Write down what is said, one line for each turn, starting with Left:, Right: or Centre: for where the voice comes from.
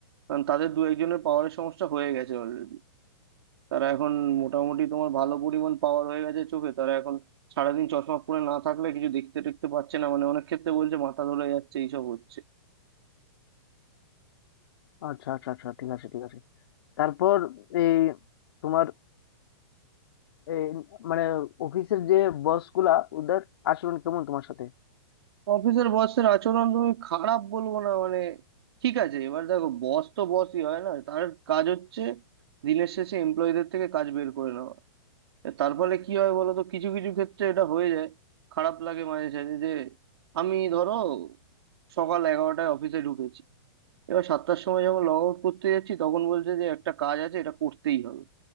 Right: কারণ তাদের দু একজনের পাওয়ারের সমস্যা হয়ে গেছে অলরেডি তারা এখন মোটামুটি তোমার ভালো পরিমাণ পাওয়ার হয়ে গেছে চোখে তারা এখন সারাদিন চশমা পরে না থাকলে কিছু দেখতে টেখতে পারছে না মানে অনেক ক্ষেত্রে বলছে মাথা ধরে যাচ্ছে এইসব হচ্ছে
Left: আচ্ছা আচ্ছা আচ্ছা ঠিক আছে ঠিক আছে তারপর এই তোমার এই মানে অফিসের যে বস গুলা ওদের আচরণ কেমন তোমার সাথে
Right: অফিসের বসের আচরণ তুমি খারাপ বলবো না মানে ঠিক আছে এবার দেখো বস তো বসই হয় না তার কাজ হচ্ছে দিনের শেষে এমপ্লয়ীদের থেকে কাজ বের করে নেওয়া এ তার ফলে কি হয় বলো তো কিছু কিছু ক্ষেত্রে এটা হয়ে যায় খারাপ লাগে মাঝে সাঝে যে আমি ধরো সকাল এগারোটায় অফিসে ঢুকেছি এবার সাতটার সময় যখন লগ আউট করতে যাচ্ছি তখন বলছে যে একটা কাজ আছে এটা করতেই হবে